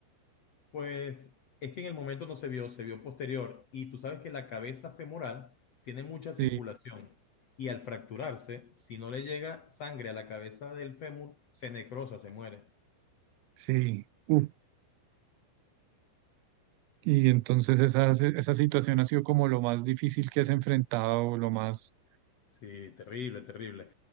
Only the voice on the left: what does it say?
Pues es que en el momento no se vio, se vio posterior. Y tú sabes que la cabeza femoral tiene mucha circulación.
Y al fracturarse, si no le llega sangre a la cabeza del fémur, se necrosa, se muere.
Sí, terrible, terrible.